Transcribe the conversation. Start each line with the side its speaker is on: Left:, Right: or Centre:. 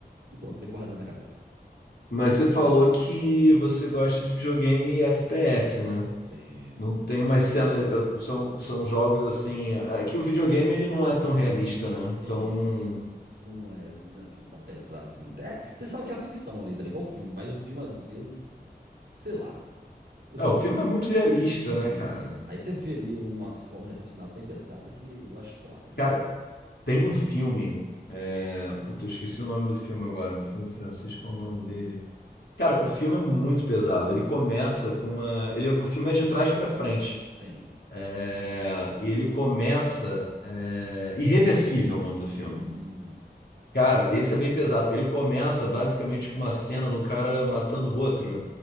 Right: E pronto, eu fico guardando na cabeça.
Left: mas você falou que você gosta de videogame e FPS, né?
Right: Sim.
Left: Não tem mais cenas, eh, são, são jogos assim. aqui o videogame ele não é tão realista, né? Então,
Right: Isso.
Left: não-
Right: Não é, assim, tão pesado assim. É, você sabe que é a ficção ali também, igual o filme. Mas o filme, às vezes, sei lá. Eu
Left: é,
Right: vou...
Left: o filme é muito realista,
Right: Isso.
Left: né, cara?
Right: Aí você vê ali umas formas de assassinato bem pesada que eu acho, sei lá, terrível.
Left: Cara, tem um filme. É... Puta, eu esqueci o nome do filme agora. O filme francês, qual é o nome dele? Cara, o filme é muito pesado. Ele começa com uma. Ele... O filme é de trás pra frente.
Right: Sim.
Left: É, E ele começa. é, Irreversível é o nome do filme.
Right: Hum,
Left: Cara, esse é bem pesado. Ele começa basicamente com uma cena do cara matando o outro.